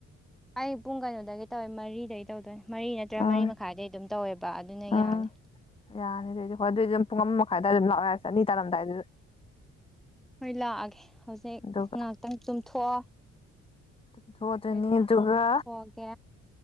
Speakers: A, in the centre; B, on the left.
A: ꯑꯌꯨꯛ ꯄꯨꯡ ꯀꯩꯅꯣꯗꯒꯤ ꯇꯧꯋꯦ ꯃꯔꯤꯗꯒꯤ ꯇꯧꯗꯣꯏꯅꯤ ꯃꯔꯤ ꯅꯠꯇ꯭ꯔꯒ
B: ꯎꯝ
A: ꯃꯔꯤ ꯃꯈꯥꯏꯗꯒꯤ ꯑꯗꯨꯝ ꯇꯧꯋꯦꯕ ꯑꯗꯨꯅ
B: ꯎꯝ
A: ꯌꯥꯅꯤ
B: ꯌꯥꯅꯤ ꯑꯗꯨꯑꯣꯏꯗꯤ ꯍꯣꯏ ꯑꯗꯨꯏꯗꯤ ꯑꯗꯨꯝ ꯄꯨꯡ ꯑꯃ ꯃꯈꯥꯏꯗ ꯑꯗꯨꯝ ꯂꯥꯛꯑꯣ ꯌꯥꯔꯦ ꯑꯅꯤ ꯇꯥꯔꯝꯗꯥꯏꯗ
A: ꯍꯣꯏ ꯂꯥꯛꯑꯒꯦ ꯍꯧꯖꯤꯛ
B: ꯑꯗꯨꯒ
A: ꯉꯍꯥꯛꯇꯪ ꯇꯨꯝꯊꯣꯛꯑꯣ
B: ꯇꯨꯝꯊꯣꯛꯑꯅꯤ
A: ꯑꯩꯁꯨ ꯉꯥꯏꯍꯥꯛꯇꯪ
B: ꯑꯗꯨꯒ
A: ꯆꯠꯊꯣꯛꯑꯒꯦ